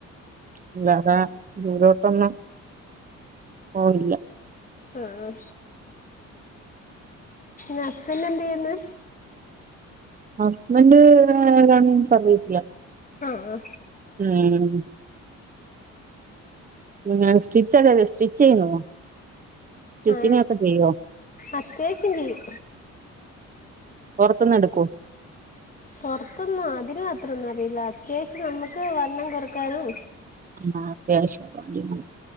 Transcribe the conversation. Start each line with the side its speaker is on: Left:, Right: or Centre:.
Right: അല്ലതാ ദൂരോട്ടൊന്നും പോണില്ല
Left: ആഹ ഹസ്ബൻഡ് എന്ത ചെയ്യുന്നു
Right: ഹസ്ബന്ഡ് ഗവൺമെന്റ് സർവീസില
Left: ആഹ്
Right: ഉം <unintelligible> <unintelligible> സ്റ്റിച്ചിങ്
Left: ആ
Right: ഒക്കെ ചെയ്യോ
Left: അത്യാവശ്യം ചെയ്യും
Right: പൊർത്ത്ന്ന് എട്ക്കോ
Left: പൊർത്ത്ന്ന് അതിന് മാത്രം ഒന്നും അറിയില്ല അത്യാവശ്യം നമ്മുക്ക് വണ്ണം കൊറക്കാനും
Right: ആ അത്യാവശ്യം കാര്യങ്ങൾ